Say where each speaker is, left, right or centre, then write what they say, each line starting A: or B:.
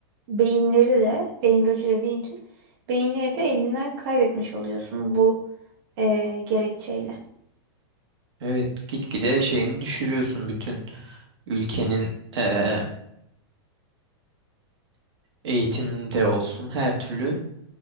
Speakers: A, on the right; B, on the right.
A: beyinleri de beyin göçü dediğin için beyinleri de elinden kaybetmiş oluyorsun bu e, gerekçeyle.
B: Evet, gitgide şeyini düşürüyorsun bütün ülkenin eee eğitimde olsun her türlü